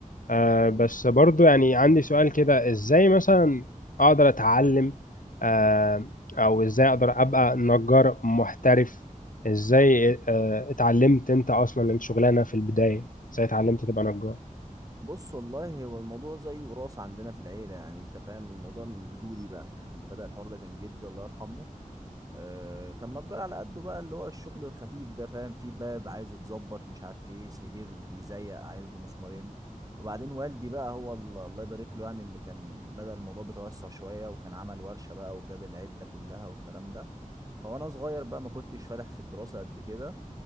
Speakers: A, on the left; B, on the right.
A: آه
B: حبيبي
A: بس
B: حبيبي
A: برضو يعني عندي سؤال كده ازاي مثلا اقدر اتعلم آه او ازاي اقدر ابقى نجار محترف ازاي آه اتعلمت انت اصلا الشغلانة في البداية ازاي اتعلمت تبقى نجار
B: بص والله هو الموضوع زي وراثه عندنا في العيله يعني انت فاهم الموضوع من جدودي بقى يعني اللي بدأ الحوار ده كان جدي الله يرحمه آه، كان نجار على قده بقى اللي هو الشغل الخفيف ده فاهم في باب عايز يتظبط مش عارف ايه سرير بيزيق عايز له مسمارين وبعدين والدي بقى هو ال- الله يبارك له يعني اللي كان بدأ الموضوع بتوسع شوية وكان عمل ورشة بقى وجاب العدة كلها والكلام ده فوانا صغير بقى ما كنتش فالح في الدراسة قد كده